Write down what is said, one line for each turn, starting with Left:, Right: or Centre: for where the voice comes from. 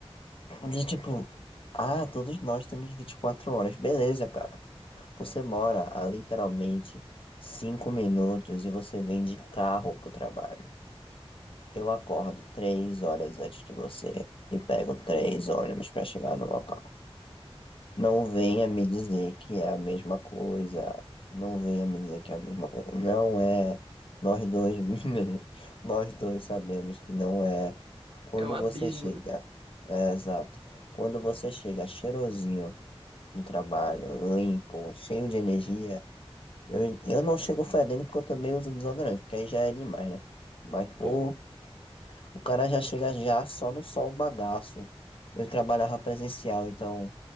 Left: De tipo, ah, todos nós temos 24 horas. Beleza, cara. Você mora a literalmente 5 minutos e você vem de carro pro trabalho. Eu acordo três horas antes de você e pego três ônibus para chegar no local. Não venha me dizer que é a mesma coisa. Não venha me dizer que é a mesma coisa. Não é. Nós dois, <laughs> nós dois sabemos que não é. Quando
Right: É um abismo,
Left: você chega,
Right: né?
Left: é exato. Quando você chega cheirosinho no trabalho, limpo, cheio de energia, eu, eu não chego fedendo porque eu também uso desodorante, porque aí já é demais, né? Mas, pô,
Right: Pô,
Left: o cara já chega já só no sol bagaço. Eu trabalhava presencial, então,